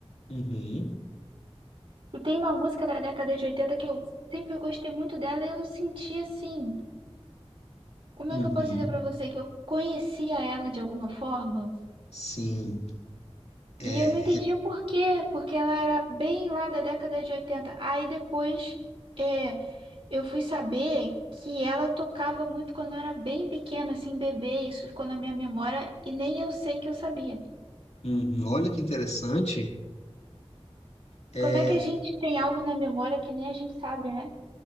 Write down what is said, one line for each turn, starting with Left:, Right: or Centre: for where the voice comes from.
Left: Uhum.
Right: E tem uma música da década de 80 que eu sempre gostei muito dela e eu senti assim. Como
Left: Uhum.
Right: é que eu posso dizer pra você que eu conhecia ela de alguma forma?
Left: Sim, é.
Right: E eu não entendia por quê, porque ela era bem lá da década de 80. Aí depois, é, Eu fui saber que ela tocava muito quando eu era bem pequena, assim, bebê, isso ficou na minha memória e nem eu sei que eu sabia.
Left: Uhum. Olha que interessante. É,
Right: Como é que a gente tem algo na memória que nem a gente sabe, né?